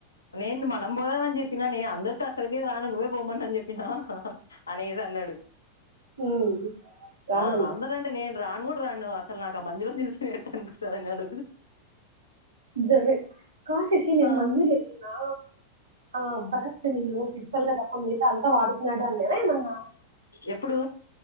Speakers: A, on the left; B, on the right.
A: నేను మనం పోదామ అని చెప్పినా నేను అందరితో అసలుగే రాను నువ్వే పోమన అని చెప్పిన అనేది అన్నడు
B: ఉమ్ రానన్నాడు
A: ఆ అందరండి నేను రాను గూడ రాను అసలు నాకు ఆ మధ్యలోంచి చూసు ఎట్టానికిస్తు అన్నాడు
B: జమ కాశశి నిన్
A: ఆ
B: మందులి ఎన్నా ఆ బరత్ నిన్న ఫిజికల్ గా తప్ప మిగత అంతా వాడుతున్నాడు అన్నేనా ఏమన్నా
A: ఎప్పుడు